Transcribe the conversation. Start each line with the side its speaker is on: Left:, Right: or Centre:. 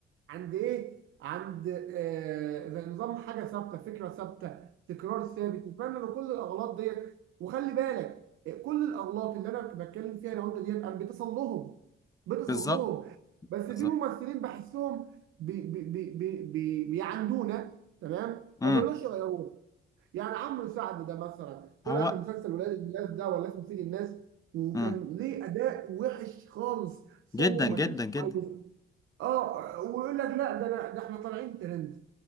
Right: عند ايه عند آه زي نظام حاجه ثابته فكره ثابته تكرار ثابت نتمنى ان كل الاغلاط ديت وخلي بالك آه، كل الاغلاط اللي انا بتكلم فيها لو انت ديت انا بتصل لهم بتصل
Left: بالظبط
Right: لهم بس في
Left: بالظبط
Right: ممثلين بحسهم بي بي بي بي بي بيعندونا تمام
Left: امم
Right: ما بيرضوش يغيروها يعني عمرو سعد ده مثلا طلع
Left: هو
Right: في مسلسل ولاد الناس ده ولا اسمه سيد الناس وكان
Left: امم
Right: ليه اداء وحش خالص صوته
Left: جدا
Right: ما
Left: جدا
Right: كانش
Left: جدا
Right: كويس اه ويقول لك لا ده انا ده احنا طالعين ترند